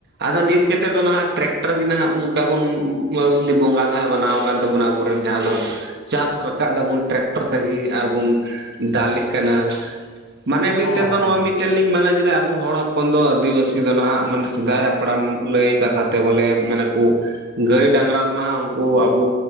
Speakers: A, on the right; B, on the left.
A: ᱟᱫᱚ ᱱᱤᱛ ᱠᱟᱛᱮᱫ ᱫᱚ ᱱᱟᱦᱟᱜ ᱴᱨᱟᱠᱴᱟᱨ ᱜᱮ ᱱᱟᱦᱟᱜ ᱚᱱᱠᱟ ᱵᱩᱱ ᱢᱟᱥᱞᱤ ᱵᱚᱸᱜᱟ ᱡᱟᱦᱟᱸ ᱵᱮᱟᱱᱟᱣ ᱟᱠᱟᱱ ᱛᱟᱵᱚᱱᱟ ᱾ ᱟᱵᱚᱨᱮᱱ ᱡᱟᱦᱟᱸ ᱫᱚ ᱪᱟᱥ ᱨᱟᱠᱟᱵ ᱫᱟᱵᱚᱱ ᱴᱨᱟᱠᱴᱚᱨ ᱛᱮᱜᱮ ᱟᱨ ᱵᱚᱱ ᱫᱟᱞᱮᱜ ᱠᱟᱱᱟ ᱾ ᱢᱟᱱᱮ ᱢᱤᱫᱴᱮᱱ
B: ᱦᱮᱸ ᱦᱮᱸ
A: ᱫᱚ ᱱᱚᱣᱟ
B: ᱦᱮᱸ
A: ᱢᱤᱫ ᱢᱤᱫᱴᱮᱱ ᱞᱤᱧ ᱢᱮᱱᱟ ᱡᱮ ᱟᱵᱚ ᱦᱚᱲ ᱦᱚᱯᱚᱱ ᱫᱚ ᱟᱹᱫᱤᱵᱟᱹᱥᱤ ᱫᱚ ᱱᱟᱦᱟᱜ ᱢᱟᱱ ᱥᱮᱫᱟᱭ ᱦᱟᱯᱲᱟᱢ ᱞᱟᱹᱭ ᱠᱟᱛᱷᱟ ᱛᱮ ᱵᱚᱞᱮ ᱢᱮᱱ ᱟᱠᱚ ᱜᱟᱹᱭ ᱰᱟᱝᱨᱟ ᱫᱚ ᱱᱟᱦᱟᱜ ᱩᱱᱠᱩ ᱟᱵᱩ